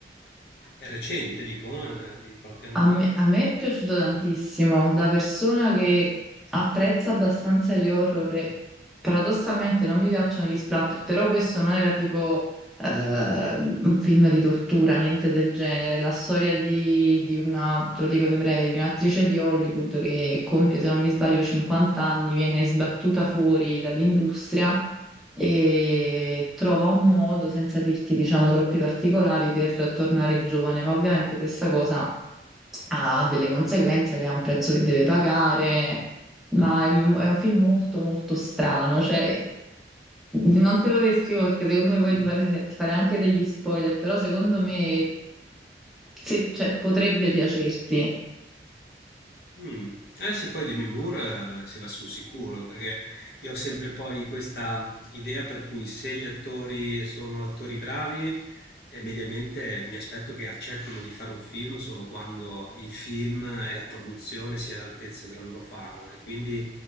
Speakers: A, on the left (about 60°); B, in the centre.
A: È recente, dico, eh, di qualche anno
B: A
A: fa.
B: me, a me è piaciuto tantissimo, da persona che apprezza abbastanza gli horror, e paradossalmente non mi piacciono gli splatter, però questo non era tipo eh, un film di tortura, niente del genere. La storia di, di una, te lo dico in breve, di un'attrice di Hollywood che compie, se non mi sbaglio, 50 anni, viene sbattuta fuori dall'industria e trova un modo, senza dirti, diciamo, troppi particolari, per tornare giovane. Ma ovviamente questa cosa ha delle conseguenze, lei ha un prezzo che deve pagare. Ma è, è un film molto molto strano, cioè non te lo descrivo perché secondo me poi
A: Mm.
B: ti fare, ti farei anche degli spoiler, però secondo me se- cioè, potrebbe piacerti.
A: Mm. Eh sì, poi Demi Moore eh, si va sul sicuro, perché io ho sempre poi questa idea per cui se gli attori sono attori bravi, eh, mediamente mi aspetto che accettino di fare un film solo quando il film e la produzione sia all'altezza della loro fama. E quindi